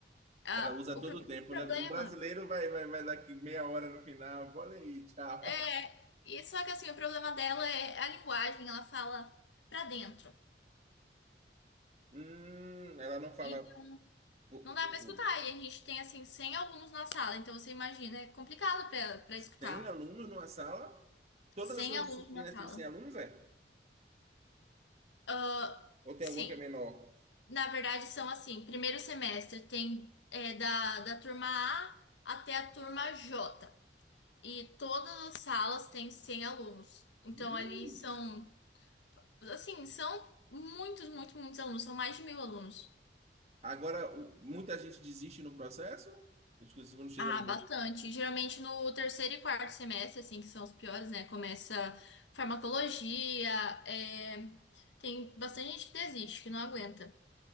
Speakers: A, on the left; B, on the right.
A: Ah,
B: Ela usa
A: o
B: todo
A: pro-
B: o
A: o
B: tempo,
A: problema.
B: né? O brasileiro vai, vai, vai daqui meia hora no final, olha aí, tchau.
A: É,
B: <laughs>
A: e só que assim, o problema dela é a linguagem, ela fala pra dentro.
B: Hum, ela não fala
A: Então,
B: por,
A: não dá
B: por
A: pra
B: Google.
A: escutar. E a gente tem assim 100 alunos na sala, então você imagina, é complicado pra ela para escutar.
B: Tem alunos numa sala? Todas
A: 100
B: as suas
A: alunos
B: disciplinas
A: na sala.
B: têm alunos, é?
A: Ah,
B: Ou tem
A: sim,
B: alguma que é menor?
A: na verdade são assim, primeiro semestre tem é, da, da turma A até a turma J. E todas as salas têm 100 alunos. Então
B: Ui.
A: ali são, assim, são muitos, muitos, muitos alunos, são mais de mil alunos.
B: Agora, o- muita gente desiste no processo? Os que- Quando chega
A: Ah, bastante. Geralmente no terceiro e quarto semestre, assim, que são os piores, né? Começa farmacologia, é, tem bastante gente que desiste, que não aguenta,